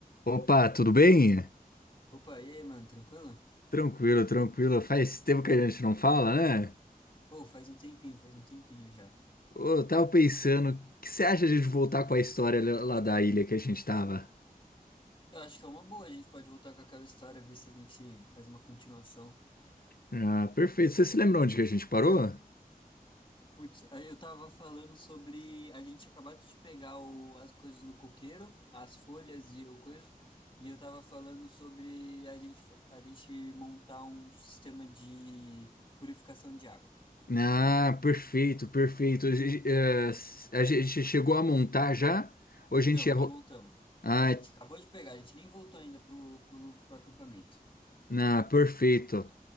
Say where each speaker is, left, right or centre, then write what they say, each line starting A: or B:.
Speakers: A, on the left; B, on the left.
A: Opa, tudo bem?
B: Opa, e aí, mano, tranquilo?
A: Tranquilo, tranquilo. Faz tempo que a gente não fala, né?
B: Ô, faz um tempinho, faz um tempinho já.
A: Ô, Eu tava pensando, o que você acha de a gente voltar com a história lá lá da ilha que a gente tava?
B: Eu acho que é uma boa, a gente pode voltar com aquela história, ver se a gente faz uma continuação.
A: Ah, perfeito. Você se lembra onde que a gente parou?
B: Putz, aí eu tava falando sobre a gente acabado de pegar o- as coisas no coqueiro, as folhas e o coisa, e eu tava falando sobre a gente, fa- a gente montar um sistema de purificação de água.
A: Ah, perfeito, perfeito. A gente, eh, a gente chegou a montar já? Ou a gente
B: Não,
A: ia...
B: não
A: ro-
B: montamos.
A: Ah,
B: A gente
A: é,
B: acabou de pegar, a gente nem voltou ainda pro, pro, pro acampamento.
A: ah, perfeito,